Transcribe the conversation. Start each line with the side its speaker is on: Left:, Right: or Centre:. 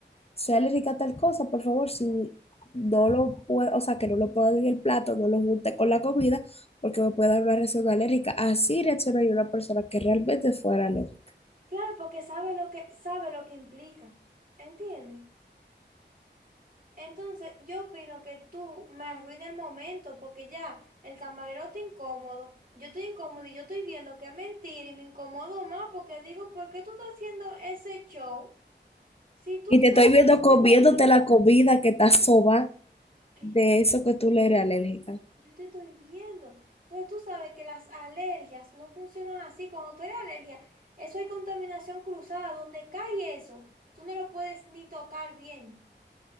Left: sale rica tal cosa, por favor, si no lo puedo, o sea, que no lo pongan en el plato, no lo junte con la comida, porque me puede dar una reacción alérgica. Así reaccionaría una persona que realmente fuera alérgica.
Right: Claro, porque sabe lo que, sabe lo que implica, ¿entiendes? Entonces, yo opino que tú me arruinas el momento, porque ya el camarero está incómodo, yo estoy incómodo y yo estoy viendo que es mentira y me incomodo más porque digo, ¿por qué tú estás haciendo ese show si tú
Left: Y te
Right: sabes
Left: estoy viendo comiéndote
Right: que es mentira?
Left: la comida que está soba
Right: Que
Left: de
Right: yo te la
Left: eso
Right: estoy
Left: que tú le
Right: diciendo.
Left: eres alérgica.
Right: Yo te estoy viendo. Entonces tú sabes que las alergias no funcionan así. Cuando tú eres alergia, eso hay contaminación cruzada. Donde cae eso, tú no lo puedes ni tocar bien.